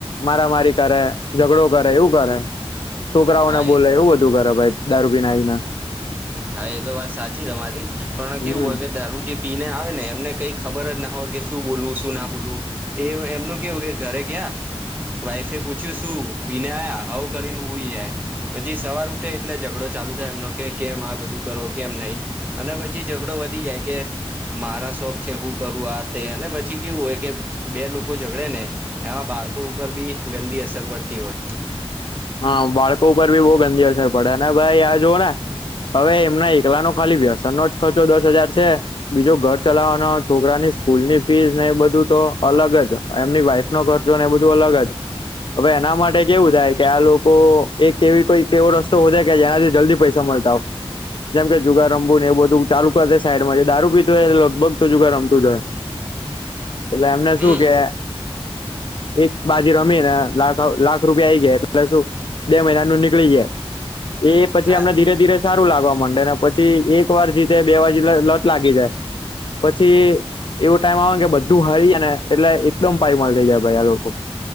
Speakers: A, on the left (about 50°); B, on the right (about 15°).
A: મારામારી કરે ઝઘડો કરે એવું કરે છોકરાઓને
B: હા
A: બોલે
B: એ
A: એવું બધું કરે ભાઈ. દારૂ પીને આવીને
B: હા એ તો વાત સાચી તમારી પણ
A: હમ
B: કેવું હોય કે દારૂજે. પીને આવે ને એમને કઈ ખબર જ ના હોય કે શું બોલવું શું ના બોલવું. એ એમનું કેવું કે ઘરે ગયા. વાઈફે પૂછ્યું શું પીને આ્યા હ કરીને હુંઈ જાય. પછી સવાર ઉઠે એટલે ઝઘડો. ચાલુ થાય એમનો કે કેમ આ બધું કરો કેમ નહી અને પછી ઝઘડો વધી જાય કે, મારા શોખ છે હું કરું ને આ તે અને પછી કેવું હોય કે બે લોકો ઝગડે ને. એમાં બાળકો ઉપર બી ગંદી અસર પડતી હોય.
A: હા બાળકો ઉપર બી બહુ ગંદી અસર પડે ને ભાઈ આ જોઓ ને. હવે એમના એકલા નો ખાલી વ્યસન નો જ ખર્ચો દસ હજાર છે. બીજો ઘર ચલાવવાનો છોકરાની સ્કૂલ ની ફીસ ને એ બધું તો અલગ જ. એમની વાઈફ નો ખર્ચોને એ બધું અલગ જ. હવે એના માટે કેવું થાય. કે આ લોકો એક એવી કોઈક એવો રસ્તો હો જ કે જેના થી જલ્દી પૈસા મળતા હો. જેમ કે જુગાર રમવું ને એવ બધું ચાલુ કરશેે સાઈડમાં દારૂ પીધુંય એ લગભગ તો જુગાર રમતું જ હોય. <inaudible> એટલે એમને
B: હમ
A: શું કે એક બાજીુ રમીને લાખ લાખ રૂપિયા આઈ ગયા. એટલે શું બે મહિના નું નીકળી જાય. એ પછી
B: હા
A: અમને ધીરે ધીરે સારું લાગવા માંડે ને પછી એક વાર જીતે બે વાર જી લત લાગી જાય. પછી એવું ટાઈમ આવે ને કે બધું હરી જાય ને એટલે એકદમ પાયમાલ થઈ જાય ભાઈ આ લોકો.